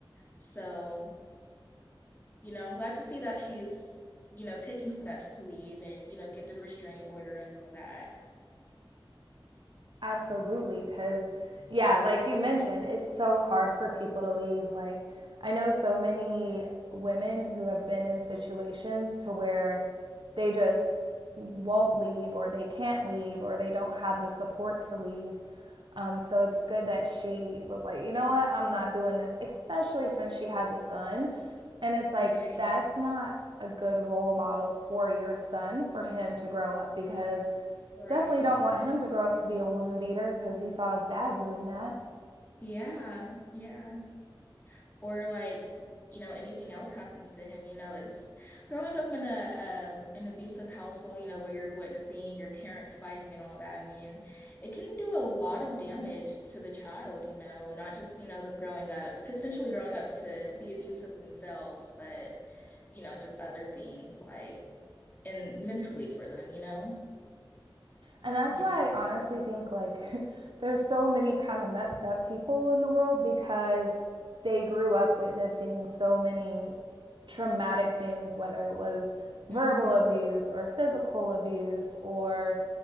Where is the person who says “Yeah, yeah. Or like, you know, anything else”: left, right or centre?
Left